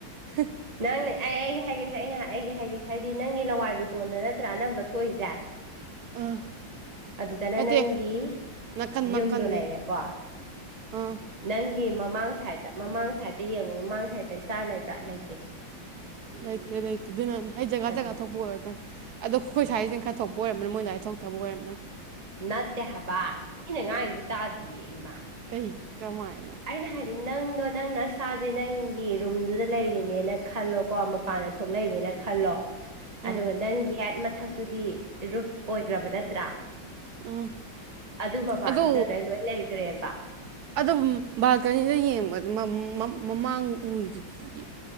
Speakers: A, on the right; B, on the right.
A: ꯍ
B: ꯅꯪꯅ ꯑꯩ ꯑꯩ ꯍꯥꯏꯒꯦꯁꯦ ꯑꯩꯅ ꯑꯩꯒꯤ ꯍꯥꯏꯒꯦ ꯍꯥꯏꯕꯗꯤ ꯅꯪꯒꯤ ꯂꯋꯥꯏ ꯂꯨꯇꯣꯟꯗ ꯅꯠꯇ꯭ꯔꯥ ꯑꯅꯝꯕ ꯊꯣꯛꯏꯁꯦ
A: ꯑꯥ
B: ꯑꯗꯨꯗꯅ
A: ꯅꯠꯇꯦ
B: ꯅꯪꯒꯤ
A: ꯅꯥꯀꯟ
B: ꯌꯨꯝꯗꯣ
A: ꯅꯥꯀꯟꯅꯤ
B: ꯂꯩꯔꯦꯀꯣ
A: ꯑꯥ
B: ꯅꯪꯒꯤ ꯃꯃꯥꯡ ꯁꯥꯏꯠꯇ ꯃꯃꯥꯡ ꯁꯥꯏꯠꯇ ꯌꯦꯡꯉꯣ ꯃꯃꯥꯡ ꯁꯥꯏꯠꯇ ꯏꯁꯇꯥꯔ ꯂꯩꯕ꯭ꯔꯥ ꯂꯩꯇꯦ
A: ꯂꯩꯇꯦ ꯂꯩꯇꯦ ꯑꯗꯨꯅꯅ‌ꯦ ꯍꯥꯏ ꯖꯒꯥ
B: ꯑꯗꯨꯅꯤ
A: ꯖꯒꯥ ꯊꯣꯛꯄ ꯑꯣꯏꯔꯝꯃꯅꯤ ꯑꯗꯣ ꯈꯣꯏ
B: ꯎꯝ
A: ꯁꯥꯏꯖꯤꯅ ꯈꯔ ꯊꯣꯛꯄ ꯑꯣꯏꯔꯝꯃꯅꯤ ꯃꯣꯏ‌ ꯑꯗꯥꯥꯏꯅ ꯊꯣꯛꯇꯕ ꯑꯣꯏꯔꯝꯃꯅꯤ
B: ꯅꯠꯇꯦ ꯍꯥꯏꯕ ꯃꯤꯅ ꯉꯥꯡꯌꯤꯖꯦ ꯇꯥꯗꯤꯌꯦ ꯏꯃꯥ
A: ꯀꯩ ꯀꯃꯥꯏꯅ
B: ꯑꯩꯅ ꯍꯥꯏꯗꯤ ꯅꯪꯗꯣ ꯅꯪ ꯅꯁꯥꯖꯦ ꯅꯪꯒꯤ ꯔꯨꯝꯗꯨꯗ ꯂꯩꯔꯤꯅꯦꯅ ꯈꯜꯂꯣꯀꯣ ꯃꯄꯥꯟꯗ ꯊꯣꯛꯂꯛꯏꯅꯦꯅ ꯈꯜꯂꯣ
A: ꯎꯝ
B: ꯑꯗꯨꯒ ꯅꯪꯒꯤ ꯍꯦꯛ ꯃꯊꯛꯇꯨꯗꯤ ꯔꯨꯞ ꯑꯣꯏꯒꯔꯕ ꯅꯠꯇ꯭ꯔꯥ
A: ꯎꯝ
B: ꯑꯗꯨ ꯃꯄꯥꯗꯨꯗ
A: ꯑꯗꯣ
B: ꯑꯗꯩ ꯂꯣꯏ ꯂꯩꯒ꯭ꯔꯦꯕ
A: ꯑꯗꯨꯝ ꯕꯥꯜꯀꯅꯤꯗ ꯌꯦꯡꯕꯗ ꯃꯪ ꯃ ꯃꯃꯥꯡ ꯎꯔꯤꯗꯨꯗꯤ